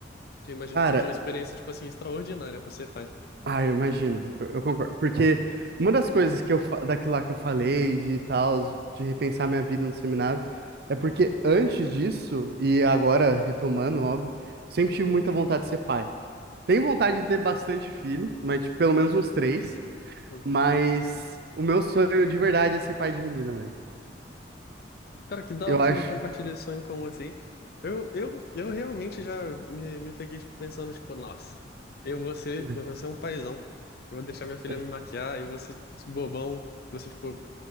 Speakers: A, on the left; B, on the right.
A: Que eu imagino
B: cara,
A: que seja uma experiência, tipo assim, extraordinária pra você, tá?
B: Ah, eu imagino, eu, eu concordo. Porque uma das coisas que eu fa- daquilo lá que eu falei de tal, de repensar minha vida no seminário, é porque antes disso, e agora retomando, óbvio, sempre tive muita vontade de ser pai. Tenho vontade de ter bastante filho, mas tipo, pelo menos uns três,
A: Uhum.
B: mas o meu sonho de verdade é ser pai de menina, velho.
A: Cara, que da
B: Eu
A: hora
B: acho.
A: que a gente compartilha esse sonho comum, assim. Eu, eu, eu realmente já me, me peguei, tipo, pensando, tipo, nossa, eu vou ser,
B: né,
A: eu vou ser um paizão. Eu vou deixar minha filha
B: é-
A: me maquiar, eu vou ser bobão, você, tipo.